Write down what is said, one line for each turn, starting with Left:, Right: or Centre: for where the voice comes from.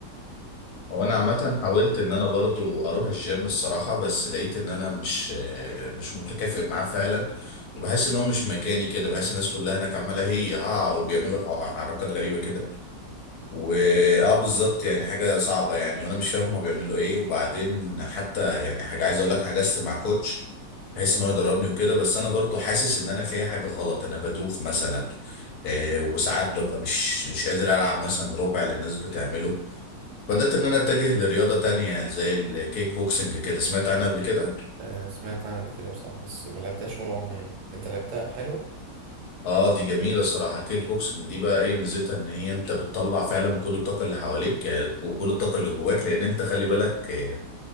Left: هو انا عامه حاولت ان انا برضو اروح الجيم الصراحه بس لقيت ان انا مش مش متكافئ معاه فعلا وبحس ان هو مش مكاني كده بحس الناس كلها هناك عماله هي ها وبيعملوا ح- حركات غريبه كده واه بالظبط يعني حاجه صعبه يعني وانا مش فاهم هما بيعملوا ايه وبعدين حتى يعني حاجه عايز اقول لك حجزت مع كوتش بحيث
Right: اه
Left: ان هو يدربني وكده بس انا برضو حاسس ان انا فيها حاجه غلط انا بدوخ مثلا آه، وساعات ببقى مش مش قادر العب مثلا ربع اللي الناس بتعمله بدأت إن أنا أتجه لرياضة تانية زي الكيك بوكسنج كده سمعت عنها قبل كده؟
Right: آه، سمعت عنها قبل كده بصراحة بس ما لعبتهاش ولا عمري يعني انت لعبتها حلو؟
Left: آه دي جميلة الصراحة الكيك بوكسنج دي بقى إيه ميزتها إن هي أنت بتطلع فعلا كل الطاقة اللي حواليك يعني وكل الطاقة اللي جواك لأن أنت خلي بالك آه،